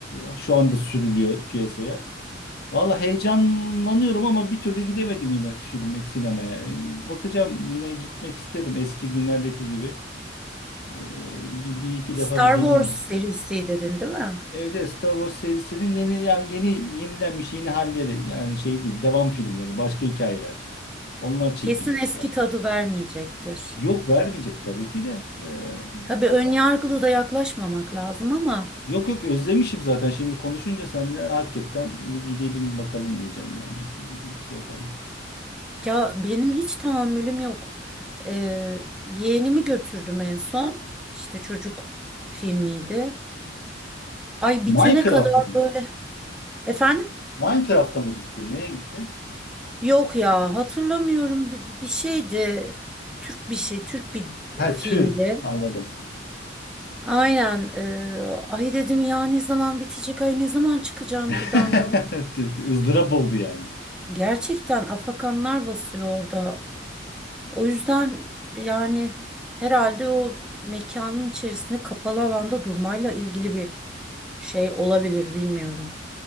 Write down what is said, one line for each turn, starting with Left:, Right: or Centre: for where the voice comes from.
Left: e, şu anda sürülüyor piyasaya. Valla heyecanlanıyorum ama bir türlü gidemedim yine filmi sinemaya. Bakacağım yine gitmek isterim eski günlerdeki gibi. Ee, bir, bir iki
Centre: Star
Left: defa bir deneyeyim.
Centre: Wars serisi dedin değil mi?
Left: Evet, evet, Star Wars serisinin yeni yani yeni yenilenmiş yeni halleri yani şey değil devam filmleri başka hikayeler. Onlar çekiliyor
Centre: Kesin eski
Left: şu an.
Centre: tadı vermeyecektir.
Left: Yok vermeyecek tabii ki de. Ee,
Centre: Tabii
Left: yani
Centre: ön
Left: o-
Centre: yargılı da yaklaşmamak lazım ama
Left: yok yok özlemişim zaten şimdi konuşunca seninle hakikaten bir gidelim bakalım diyeceğim yani. Hmm, Şey yapalım.
Centre: ya benim hiç tahammülüm yok. Ee, yeğenimi götürdüm en son. İşte çocuk filmiydi. Ay
Left: Minecraft'a
Centre: bitene kadar
Left: mı?
Centre: böyle. Efendim?
Left: Minecraft'a mı gittin? Neye gittin?
Centre: Yok ya hatırlamıyorum bir, bir- bir şeydi. Türk bir şey, Türk bir
Left: Ha
Centre: e, filmdi.
Left: tür. Anladım.
Centre: Aynen. e, ay dedim ya ne zaman bitecek, ay ne zaman çıkacağım
Left: <laughs>
Centre: buradan dedim.
Left: Izdırap oldu yani.
Centre: Gerçekten afakanlar basıyor orada. O yüzden yani herhalde o mekanın içerisinde kapalı alanda durmayla ilgili bir şey olabilir bilmiyorum.